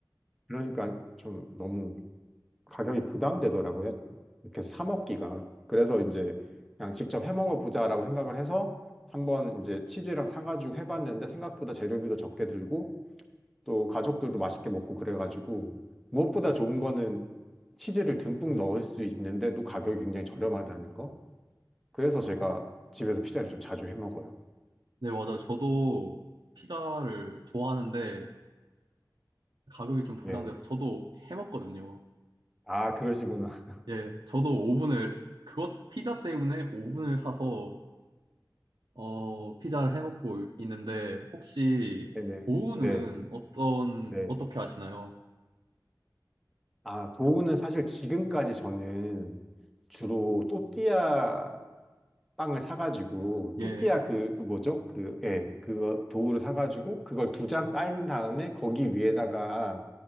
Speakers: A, in the centre; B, on the right.
A: 그러니까 좀 너무 가격이 부담되더라고요. 이렇게 해서 사 먹기가. 그래서 이제 그냥 직접 해 먹어보자라고 생각을 해서 한번 이제 치즈랑 사가지고 해봤는데 생각보다 재료비도 적게 들고 또 가족들도 맛있게 먹고 그래가지고 무엇보다 좋은 거는 치즈를 듬뿍 넣을 수 있는데도 가격이 굉장히 저렴하다는 거. 그래서 제가 집에서 피자를 좀 자주 해 먹어요.
B: 네, 맞아요. 저도 피자를 좋아하는데 가격이 좀 부담돼서
A: 네.
B: 저도 해 먹거든요.
A: 아, 그러시구나. <laughs>
B: 예, 저도 오븐을 그것 피자 때문에 오븐을 사서 어 피자를 해 먹고 있는데 혹시
A: 네네.
B: 보우는
A: 네.
B: 어떤
A: 네.
B: 어떻게 하시나요?
A: 아, 도우는 사실 지금까지 저는 주로 또띠아 빵을 사가지고
B: 예,
A: 또띠아 그, 그 뭐죠? 그, 예, 그거 도우를 사가지고 그걸 두 장 깔은 다음에 거기 위에다가